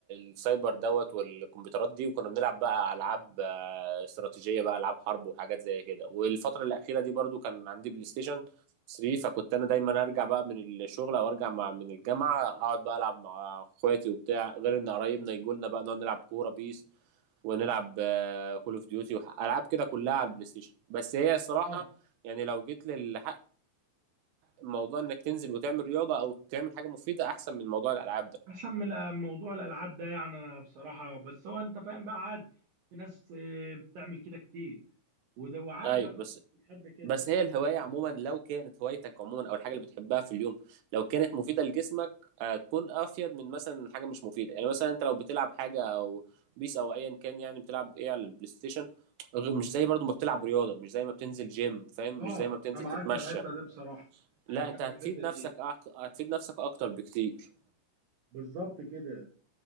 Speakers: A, on the right; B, on the right.
A: السايبر دوت والكمبيوترات دي وكنا بنلعب بقى العاب آه، استراتيجيه بقى العاب حرب وحاجات زي كده والفتره الاخيره دي برضو كان عندي بلاي ستيشن 3 فكنت انا دايما ارجع بقى من الشغل او ارجع مع من الجامعه اقعد بقى العب مع اخواتي وبتاع غير ان قرايبنا يجوا لنا بقى نقعد نلعب كوره بيس ونلعب كول اوف ديوتي العاب كده كلها على البلاي ستيشن بس هي الصراحه
B: اه
A: يعني لو جيت لل موضوع انك تنزل وتعمل رياضه او تعمل حاجه مفيده احسن من موضوع الالعاب ده
B: احسن من الأ- موضوع الالعاب ده يعني انا بصراحة بس هو انت فاهم بقى عادي في ناس آه، بتعمل كده كتير وده وعادي
A: ايوه
B: يعني
A: بس
B: في ناس بتحب كده
A: بس
B: ف...
A: هي الهوايه عموما لو كانت هوايتك عموما او الحاجه اللي بتحبها في اليوم لو كانت مفيده لجسمك هتكون افيد من مثلا حاجه مش مفيده يعني مثلا انت لو بتلعب حاجه او بيس او ايا كان يعني بتلعب ايه على البلاي ستيشن غ- مش زي برضو ما بتلعب رياضه مش زي ما بتنزل جيم فاهم
B: اه
A: مش زي ما بتنزل
B: انا معاك
A: تتمشى
B: في الحتة دي بصراحة انا
A: لا
B: معاك
A: انت
B: في
A: هتفيد
B: الحتة دي
A: نفسك أك... هتفيد نفسك اكتر بكتير
B: بالظبط كده